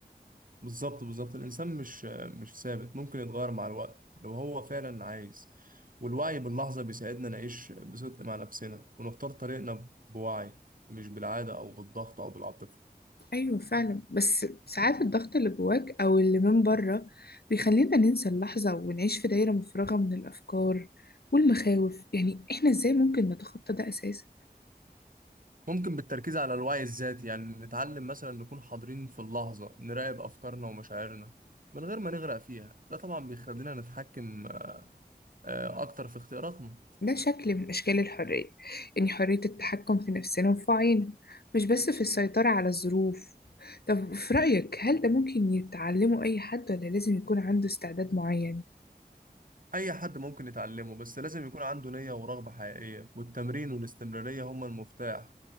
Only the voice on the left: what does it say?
أيوة فعلا بس ساعات الضغط اللي جواك أو اللي من بره بيخلينا ننسى اللحظة ونعيش في دايرة مفرغة من الأفكار والمخاوف يعني إحنا إزاي ممكن نتخطى ده أساسا
ده شكل من أشكال الحرية يعني حرية التحكم في نفسنا وفي وعينا مش بس في السيطرة على الظروف طب في رأيك هل ده ممكن يتعلمه أي حد ولا لازم يكون عنده استعداد معين؟